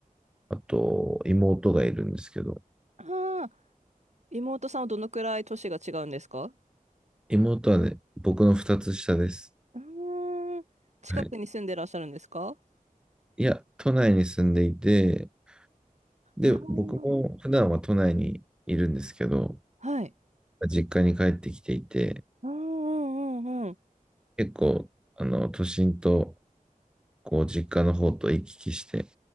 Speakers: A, in the centre; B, on the right (about 50°).
A: あと妹がいるんですけど、
B: ああ、妹さんはどのくらい年が違うんですか
A: 妹はね、僕の二つ下です。
B: うーん、近くに住んでらっしゃるんですか
A: はい。いや、都内に住んでいて、で、
B: あ
A: 僕も普段は都内にいるんですけど、
B: あ、はい。
A: 実家に帰ってきていて、
B: うんうんうんうん。
A: 結構、あの、都心と、こう、実家の方と行き来して、